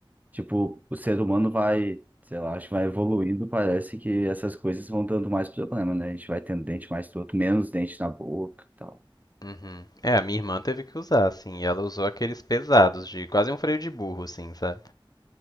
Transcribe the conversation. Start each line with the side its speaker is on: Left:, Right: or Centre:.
Right: tipo, o ser humano vai, sei lá, acho que vai evoluindo, parece que essas coisas vão dando mais problema, né? A gente vai tendo dente mais torto, menos dente na boca e tal.
Left: uhum. É, a minha irmã teve que usar, assim, e ela usou aqueles pesados, de quase um freio de burro, assim, sabe?